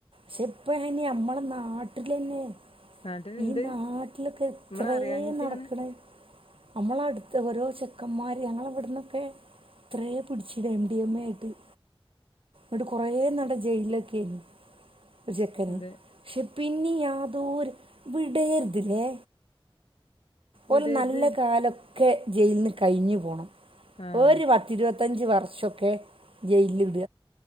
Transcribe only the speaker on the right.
സിപ്പഴങ്ങി അമ്മള നാട്ടിലില്ലേ
നീനാ ആറ്റിലൊക്ക ഇത്രേം
നടക്കണേ അമ്മള അട് ട ഓരോ ചെക്കൻമാര് ഞങ്ങളവിടന്നൊക്കെ ത്രേ പിടിച്ച് എമ് ഡിഎമ് ഏ ക്കും. എട്ട് കോറേ നടജയിലിലക്കി ഇത് ജെക്കന്നി
ഷിപ്. പിന്നീ യാതോര് വിടേര്തില്ലേ
ഒര് നല്ല കാലം. ക്കെ ജയില്ന്ന് കഴിഞ്ഞ് പോണം
ഒര് പത്തിരുവ തഞ്ച് വർഷോക്കെ ജയില്‌ട.